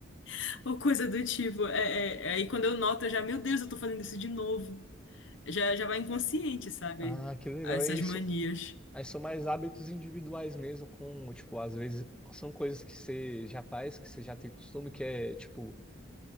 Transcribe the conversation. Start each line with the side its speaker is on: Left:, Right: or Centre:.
Left: <laughs> ou coisa do tipo. É, é- é, aí quando eu noto, eu já, meu Deus, eu tô fazendo isso de novo. Já, já vai inconsciente, sabe?
Centre: Ah, que legal.
Left: Essas
Centre: É isso
Left: manias.
Centre: Mas são mais hábitos individuais mesmo, com, tipo, às vezes são coisas que você já faz, que você já tem costume, que é, tipo,